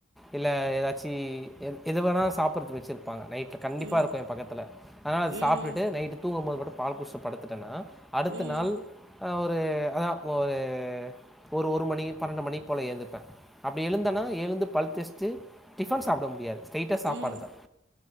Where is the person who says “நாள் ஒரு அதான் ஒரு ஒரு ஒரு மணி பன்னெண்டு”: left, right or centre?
Centre